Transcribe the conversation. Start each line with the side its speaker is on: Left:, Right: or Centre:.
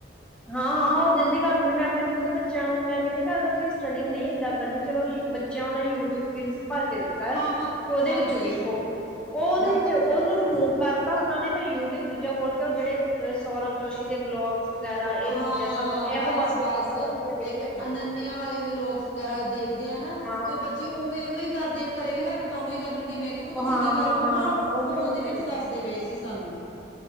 Centre: ਹਾਂ ਹਾਂ ਉਹ ਜਲਦੀ ਕਰ ਦਿੰਦੇ ਮੈਂ ਆਪਣੇ ਖੁਦ ਬੱਚਿਆਂ ਨੂੰ ਮੈਂ ਕਹਿ‌ਨੀ ਅ ਕੀ ਅਗਰ ਤੁਸੀਂ ਸਟੱਡੀ ਨਹੀਂ ਏਦਾਂ ਕਰਨੀ ਚਲੋ ਯੂ ਬੱਚਿਆਂ ਵਾਲਾ ਯੂਟਿਊਬ ਕਿ ਭਰ ਕੇ ਦਿੱਤਾ ਹੈ
Left: ਹਾਂ ਹਾਂ
Centre: ਉਹਦੇ
Left: ਹਾਂਜੀ
Centre: ਵਿੱਚੋਂ ਵੇਖੋ, ਉਹਦੇ
Left: ਨਾ
Centre: ਵਿੱਚ ਉਹਨੂੰ ਰਿਮੂਵ ਕਰਕੇ ਤਾਂ ਉਹਨਾਂ ਨੇ ਤਾਂ ਯੂਟਿਊਬ ਦੂਜਾ ਖੋਲ ਕੇ ਉਹ ਜਿਹੜੇ ਅ ਸੌਰਵ ਜੋਸ਼ੀ ਦੇ ਵਲੋਗਸ ਵਗੈਰਾ ਇਹ
Left: ਹਾਂ
Centre: ਚੀਜ਼ਾਂ ਸਭ ਇਹੋ
Left: ਬਸ ਬਸ
Centre: ਇਹੋ ਚੀਜ਼ਾਂ ਵੇਖੀ
Left: ਇੱਕ
Centre: ਜਾਂਦੇ
Left: ਅਨੰਨਿਆ
Centre: ਨੇ।
Left: ਵਾਲੇ ਵਲੋਗਸ ਵਗੈਰਾ ਦੇਖ <unintelligible> ਨਾ
Centre: ਹਾਂ,
Left: ਤੇ ਬੱਚੇ ਉਵੇਂ ਉਵੇਂ ਕਰਦੇ ਘਰੇ ਵੀ ਹਰਕਤਾਂ ਉਵੇਂ ਈ ਕਰਨ ਮੈਂ ਕਹੂੰਗੀ ਤੁਸੀਂ
Centre: ਹਾਂ-ਹਾਂ-ਹਾਂ
Left: ਕੀ ਕਰ ਰਹੇ ਹੋ ਮੰਮਾ ਫ
Centre: ਉਹੀ
Left: ਫੋਨ
Centre: ਵੀ
Left: ਦੇ
Centre: ਕਰਨ
Left: ਵਿੱਚ ਦੱਸਦੇ ਪਏ ਸੀ ਸਾਨੂੰ।